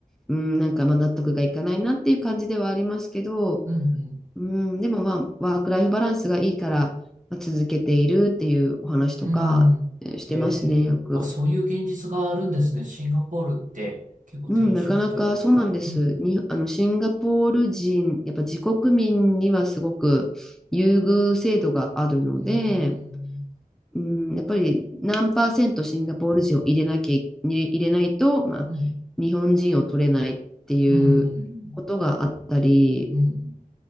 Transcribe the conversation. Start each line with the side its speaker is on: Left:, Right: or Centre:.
Centre: うん、なんかまあ納得がいかないなっていう感じではありますけど、
Right: うん、
Centre: うん、でもまあ、ワークライフバランスがいいから、まあ、続けているっていうお話とかえーしてますね、
Right: うん、うん。え
Centre: よく。
Right: え、あ、そういう現実があるんですね。シンガポールって結構転職というか、
Centre: うん、なかなかそうなんです。
Right: うん、
Centre: に、あの、シンガポール人、やっぱ自国民にはすごく優遇制度があるので、
Right: うん、うーん、
Centre: うん、やっぱり何パーセントシンガポール人を入れなきゃい、入れないと、まあ、
Right: うん、
Centre: 日本人を取れないっていうことがあったり
Right: うん、うん、うん、うん。うん